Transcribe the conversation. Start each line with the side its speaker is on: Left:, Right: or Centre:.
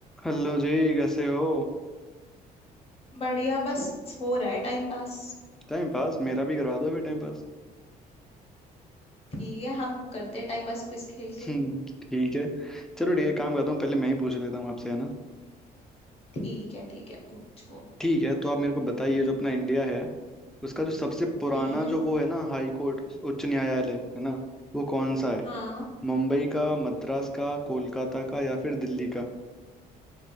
Centre: हेलो जी कैसे हो
Left: बढ़िया बस हो रहा है टाइम पास
Centre: टाइम पास मेरा भी करवा दो फिर टाइम पास
Left: ठीक है हम करते हैं टाइम पास क्विज खेल के
Centre: हम्म ठीक है चलो ठीक है काम करता हूँ पहले मैं ही पूछ लेता हूँ आपसे है ना
Left: ठीक है ठीक है पूछो
Centre: ठीक है तो आप मेरे को बताइए जो अपना इंडिया है उसका जो सबसे पुराना
Left: हम्म
Centre: जो वो है ना हाई कोर्ट उच्च न्यायालय है ना वो कौन सा है
Left: हाँ
Centre: मुंबई का मद्रास का कोलकाता का या फिर दिल्ली का